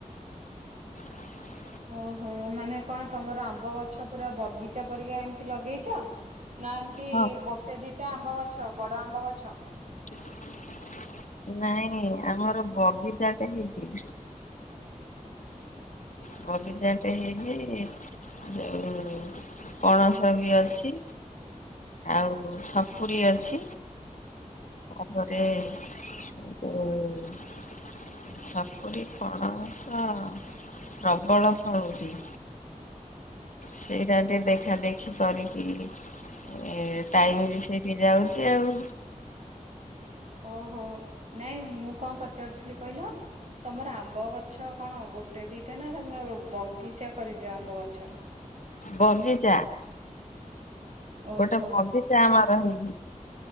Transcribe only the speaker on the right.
ଓହୋ ମାନେ କଣ ତମର ଆମ୍ବଗଛ ପୁରା ବଗିଚା ପରିକା ଏମତି ଲଗେଇଛ? ନା ଏମତି
ଗୋଟେ ଦିଟା ଆମ୍ବଗଛ ବଡ ଆମ୍ବଗଛ?
ଓ, ହୋ ନାଇଁ ମୁଁ କଣ ପଚାରୁଥିଲି କହିଲ? ତମର ଆମ୍ବଗଛ କଣ ଗୋଟେ, ଦିଟା ନା ତମର ବଗିଚା କରିଚ ଆମ୍ବଗଛର।
ଓହୋ